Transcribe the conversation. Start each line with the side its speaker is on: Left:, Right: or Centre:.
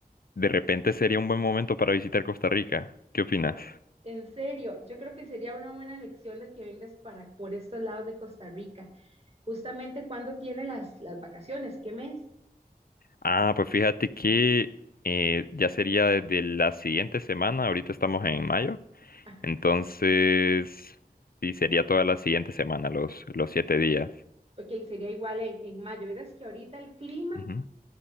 Left: de repente sería un buen momento para visitar Costa Rica. ¿Qué opinas?
Right: Eh, En serio, yo creo que sería una buena elección de que vengas para por estos lados de Costa Rica. Justamente cuando tiene las, las vacaciones, ¿qué mes?
Left: Ah, pues fíjate que eh, ya sería desde la siguiente semana, ahorita estamos en mayo,
Right: Ajá.
Left: entonces sí sería toda la siguiente semana, los, los siete días.
Right: Ok, sería igual en, en mayo. Verás que ahorita el clima,
Left: Ujú.